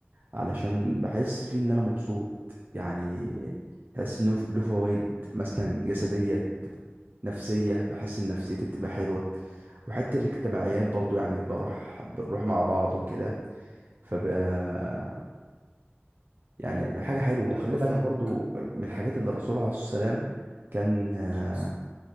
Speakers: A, on the right; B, on the right.
A: علشان بحس فيه ان انا مبسوط يعني بحس انه له فوائد مثلا جسدية نفسية بحس إن نفسيتي بتبقى حلوة وحتى الاجتماعيات برضو يعني بروح بنروح مع بعض وكده فبقى يعني حاجة حلوة وخلي
B: ايوه فاهمك
A: بالك برضو من الحاجات اللي الرسول عليه الصلاة والسلام كان آه،
B: بس